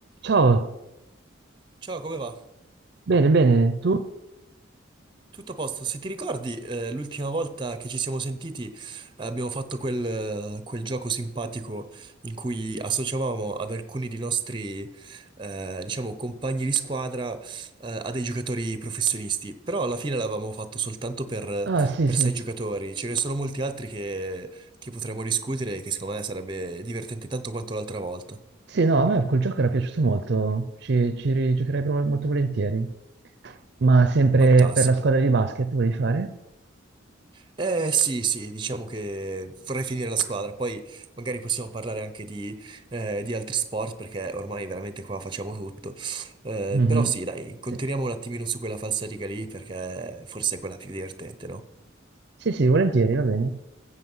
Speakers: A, on the right; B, on the right.
A: Ciao,
B: Ciao, come va?
A: bene, bene, tu?
B: Tutto a posto? Se ti ricordi, eh, l'ultima volta che ci siamo sentiti abbiamo fatto quel, eh, quel gioco simpatico in cui associavamo ad alcuni dei nostri, eh, diciamo, compagni di squadra, eh, a dei giocatori professionisti. Però alla fine l'avevamo fatto soltanto per,
A: Ah, sì,
B: per
A: sì,
B: sei giocatori. Ce ne sono molti altri che, che potremmo discutere e che secondo me sarebbe divertente tanto quanto l'altra volta.
A: sì, no, a me quel gioco era piaciuto molto, ci, ci rigiocherei pro- molto volentieri. Ma sempre
B: Fantastico.
A: per la squadra di basket vuoi fare?
B: Eh sì, sì, diciamo che vorrei finire la squadra, poi magari possiamo parlare anche di, eh, di altri sport perché ormai veramente qua facciamo tutto. Eh,
A: Mhm,
B: però sì, dai, continuiamo
A: Sì.
B: un attimino su quella falsariga lì perché forse è quella più divertente, no?
A: Sì, sì, volentieri, va bene.